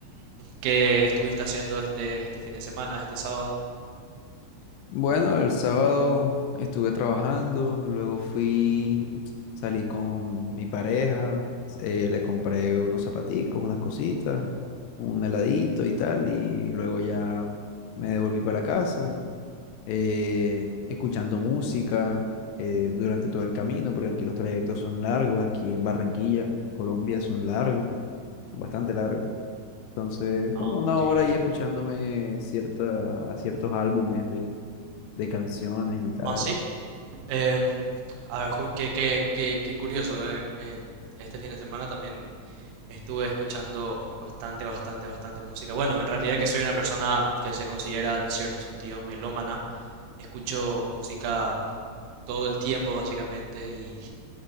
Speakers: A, on the right (about 70°); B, on the left (about 85°).
A: ¿qué estuviste haciendo este, este fin de semana, este sábado?
B: Bueno, el sábado estuve trabajando, luego fui, salí con mi pareja, eh, le compré unos zapaticos, unas cositas, un heladito y tal, y luego ya me devolví para casa, eh, escuchando música eh, durante todo el camino, porque aquí los trayectos son largos, aquí en Barranquilla, Colombia, son largos. bastante largo. Entonces,
A: Ah,
B: como una
A: ok,
B: hora ahí
A: ok.
B: escuchándome cierta, a ciertos álbumes de, de canciones y tal.
A: Ah, sí. Em, a ver, ju- qué, qué- qué- qué curioso, eh. Em, este fin de semana también Estuve escuchando bastante, bastante, bastante música. Bueno, en realidad que soy una persona que se considera en cierto sentido melómana. Escucho música todo el tiempo básicamente y